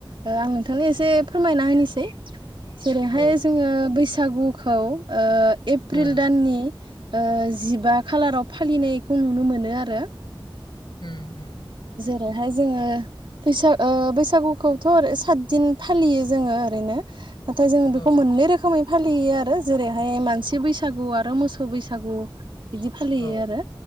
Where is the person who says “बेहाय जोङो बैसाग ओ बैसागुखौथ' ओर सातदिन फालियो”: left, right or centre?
Right